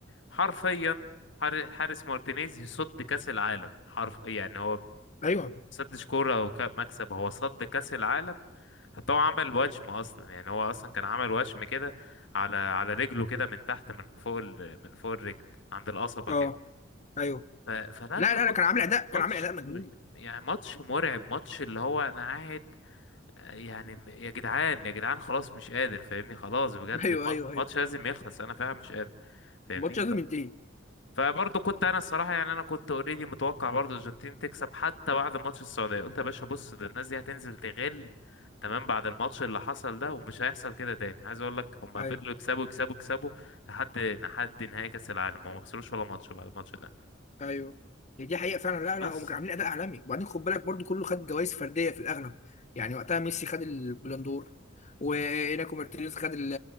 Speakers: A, on the left; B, on the left.
A: حرفيا حار- حارس مارتينيز يصد كأس العالم حرف يعني هو
B: ايوه
A: سدش كورة ومكسب هو صد كأس العالم حتى هو عمل وشم اصلا يعني هو اصلا كان عمل وشم كده على على رجله كده من تحت من فوق ال... من فوق الرجل عند القصبة
B: اه
A: كده
B: ايوه
A: ف... فلا
B: لا
A: لا
B: لا لا
A: مات-
B: كان عامل اداء كان
A: ماتش
B: عامل اداء مجنون
A: يعني ماتش مرعب ماتش اللي هو انا قاعد آه، يعني م- يا جدعان يا جدعان خلاص مش قادر فاهمني خلاص بجد
B: <laughs> ايوه
A: مات-
B: ايوه ايوه
A: ماتش لازم يخلص انا فعلا مش قادر فاهمني
B: الماتش لازم ينتهي
A: فبرضه كنت انا الصراحه يعني انا كنت اوريدي متوقع برضه الارجنتين تكسب حتى بعد ماتش السعوديه قلت يا باشا بص ده الناس دي هتنزل تغل تمام بعد الماتش اللي حصل ده ومش هيحصل كده تاني عايز اقول لك هم
B: ايوه
A: فضلوا يكسبوا يكسبوا يكسبوا لحد لحد نهائي كاس العالم هم ما خسروش ولا ماتش بعد الماتش ده
B: ايوه هي دي حقيقه فعلا لا لا
A: بس
B: هم كانوا عاملين اداء عالمي وبعدين خد بالك برضو كله خد جوائز فرديه في الاغلب يعني وقتها ميسي خد البلندور وإناكو مارتينيز خد ال-